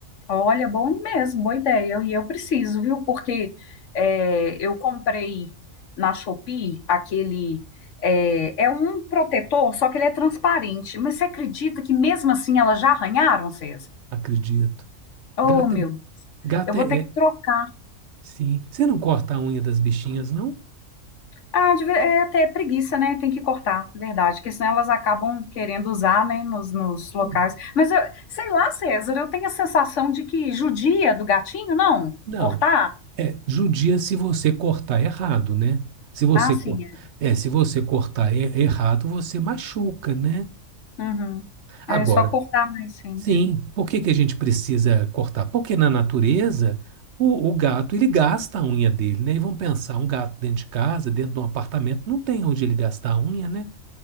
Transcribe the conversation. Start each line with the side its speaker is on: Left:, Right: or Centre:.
Left: Olha, bom mesmo, boa ideia. E eu preciso, viu? Porque é, eu comprei na Shopee aquele. É, é um protetor, só que ele é transparente. Mas você acredita que mesmo assim elas já arranharam, César?
Right: Acredito.
Left: Oh,
Right: Gato
Left: meu
Right: é Gato
Left: Eu vou
Right: é,
Left: ter que
Right: é-
Left: trocar.
Right: Sim. Você não corta a unha das bichinhas, não?
Left: Ah, de ve- é até preguiça, né? Tem que cortar, verdade, porque senão elas acabam querendo usar, né, nos, nos locais.
Right: Hum.
Left: Mas eu, sei lá, César, eu tenho a sensação de que judia do gatinho, não?
Right: Não.
Left: Cortar?
Right: É, judia se você cortar errado, né? Se você,
Left: Ah, sim,
Right: cor-
Left: é.
Right: é, se você cortar e- errado, você machuca, né?
Left: Uhum.
Right: Agora,
Left: É só cortar mais, gente.
Right: sim, por que que a gente precisa cortar? Porque na natureza, o, o gato, ele gasta a unha dele, né? E vamos pensar, um gato dentro de casa, dentro de um apartamento, não tem onde ele gastar a unha, né?